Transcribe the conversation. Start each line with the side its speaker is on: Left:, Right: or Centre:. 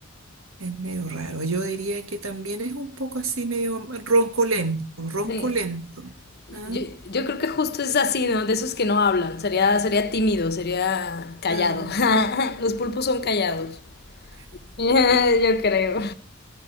Right: es medio raro. Yo diría que también es un poco así, medio roncolento, roncolento.
Left: Sí.
Right: Ah,
Left: Yo, yo creo que justo es así, ¿no? De esos que no hablan. Sería, sería tímido, sería callado.
Right: ¿Ah?
Left: <laughs> Los pulpos son callados. <laughs> Yo creo.